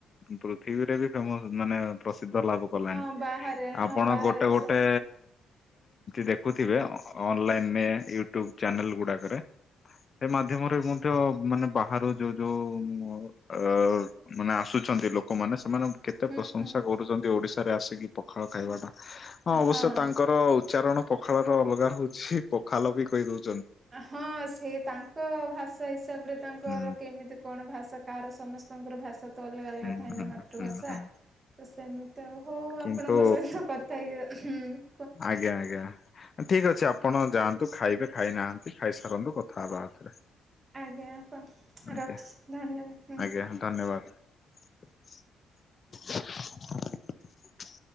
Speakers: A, on the left; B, on the right.
A: ପୃଥିବୀରେ ବି ଫେମସ। ମାନେ ପ୍ରସିଦ୍ଧ ଲାଭ କଲାଣି।
B: ହଁ ବାହାରେ ହଁ
A: ଆପଣ
B: ବାହାରେ
A: ଗୋଟେ
B: ବି
A: ଗୋଟେ
B: ସମସ୍ତ
A: ଦେଖୁଥିବେ। ଅନଲାଇନ ୟୁଟ୍ୟୁବ ଚ୍ୟାନେଲ ଗୁଡାକରେ ସେ ମାଧ୍ୟମରେ ମଧ୍ୟ, ମାନେ ବାହାରୁ ଯୋଉ ଯୋଉ ଅ ମାନେ ଆସୁଛି ଅଛନ୍ତି ଲୋକମାନେ। ସେମାନେ କେତେ
B: ହୁଁ
A: ପ୍ରଶଂସା
B: ହୁଁ
A: କରୁଛନ୍ତି। ଓଡିଶାରେ ଆସିକି ପଖାଳ ଖାଇବାଟା। ହଁ। ଅବଶ୍ୟ
B: ହଁ।
A: ତାଙ୍କର ଉଚ୍ଚାରଣ ପଖାଳ ର ଅଲଗା ରହୁଛି ପଖାଲ ବି କହିଦଉଛି
B: ହଁ। ସେ ତାଙ୍କ ଭାଷା ହିସାବରେ, ତାଙ୍କର
A: ହୁଁ
B: କେମିତି କଣ ଭାଷା। କାହାର ସମସ୍ତଙ୍କର ଭାଷା ତ ଅଲଗା ଅଲଗା
A: ହୁଁ
B: ଥାଏ
A: ହୁଁ
B: ନା, ମାତୃଭାଷା।
A: ହୁଁ ହୁଁ
B: ତ ସେମିତି ତ ହଉ।
A: କିନ୍ତୁ
B: ଆପଣଙ୍କ ସହିତ କଥା ହେଇକଁ
A: ଆଜ୍ଞା, ଆଜ୍ଞା। ଠିକ ଅଛି ଆପଣ ଯାଆନ୍ତୁ, ଖାଇବେ ଖାଇନାହାନ୍ତି, ଖାଇସାରନ୍ତୁ, କଥା ହେବା ଆଉଥରେ।
B: ଆଜ୍ଞା। ହପ
A: ଆଜ୍ଞା।
B: ରଖୁଛି। ଧନ୍ୟବାଦ।
A: ଆଜ୍ଞା ଧନ୍ୟବାଦ।
B: ହୁଁ।
A: <inaudible> <inaudible>